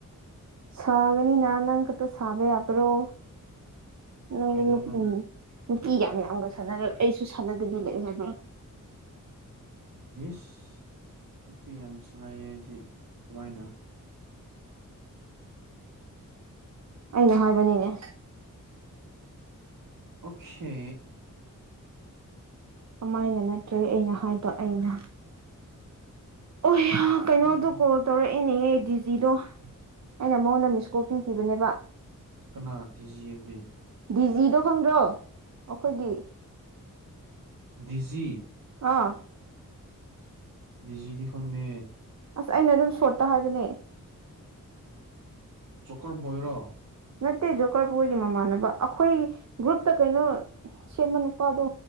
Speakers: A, on the right; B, on the right.
A: ꯁꯥꯒꯅꯤꯅ ꯅꯪ ꯈꯛꯇ ꯁꯥꯕ ꯌꯥꯕ꯭ꯔꯣ ꯅꯪꯗꯤ
B: ꯀꯩꯅꯣ
A: ꯅꯨꯄꯤ
B: ꯅꯪ
A: ꯅꯨꯄꯤ ꯌꯥꯝ ꯌꯥꯝꯒ ꯁꯥꯟꯅꯔ ꯑꯩꯁꯨ ꯁꯥꯟꯅꯗꯕꯤ ꯂꯩꯌꯣ ꯍꯥꯏꯕꯔꯣ
B: ꯏꯁ ꯅꯨꯄꯤ ꯌꯥꯝ ꯁꯥꯏ ꯍꯥꯏꯗꯤ ꯀꯃꯥꯏꯅ
A: ꯑꯩꯅ ꯍꯥꯏꯕꯅꯤꯅꯦ
B: ꯑꯣꯀꯦ
A: ꯀꯃꯥꯏꯅ ꯅꯠꯇ꯭ꯔꯦ ꯑꯩꯅ ꯍꯥꯏꯕ ꯑꯩꯅ ꯑꯣ ꯌꯥ ꯀꯩꯅꯣꯗꯣ
B: ꯎꯝ,
A: ꯀꯣꯜ ꯇꯧꯔꯛꯑꯦꯅꯦꯍꯦ ꯗꯤ ꯖꯤꯗꯣ ꯑꯩꯅ ꯃꯉꯣꯟꯗ ꯃꯤꯁꯀꯣꯜ ꯄꯤꯈꯤꯕꯅꯦꯕ
B: ꯀꯅꯥ ꯗꯤꯖꯤ ꯍꯥꯏꯕꯗꯤ
A: ꯗꯤꯖꯤꯗꯣ ꯈꯪꯗ꯭ꯔꯣ ꯑꯈꯣꯏꯒꯤ
B: ꯗꯤꯖꯤ
A: ꯑꯥ
B: ꯗꯤꯖꯤꯗꯤ ꯈꯪꯗꯦ
A: ꯑꯁ ꯑꯩꯅ ꯑꯗꯨꯝ ꯁꯣꯔꯠꯇ ꯍꯥꯏꯕꯅꯦ
B: ꯆꯣꯀꯔ ꯕꯣꯏꯔꯣ
A: ꯅꯠꯇꯦ ꯖꯣꯀꯔꯕꯣꯏꯒꯤ ꯃꯃꯥꯟꯅꯕ ꯑꯈꯣꯏ ꯒ꯭ꯔꯨꯞꯇ ꯀꯩꯅꯣ ꯁꯦꯝꯕ ꯅꯨꯄꯥꯗꯣ